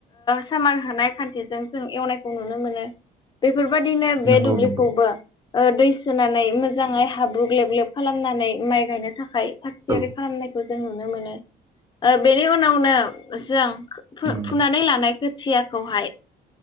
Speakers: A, on the left (about 25°); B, on the right (about 20°).
A: सामार होनाय खान्थिजों जों एवनायखौ नुनो मोनो बे बेफोरबायदिनो बे
B: नंगौ
A: दुब्लिखौबो
B: नंगौ
A: दै सोनानै मोजां मोजाङै हाब्रु ग्लेब ग्लेब खालामनानै माइ गायनो थाखाय थाग थियारि
B: औ
A: खालामनायखौ जोङो नुनो मोनो ओ बेनि उनावनो जों
B: नंगौ
A: फुनानै लानायखौ खोथियाखौहाय